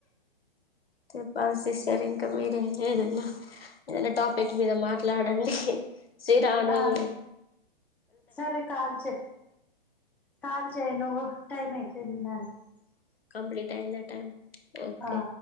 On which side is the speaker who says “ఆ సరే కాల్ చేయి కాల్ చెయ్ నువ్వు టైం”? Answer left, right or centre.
Centre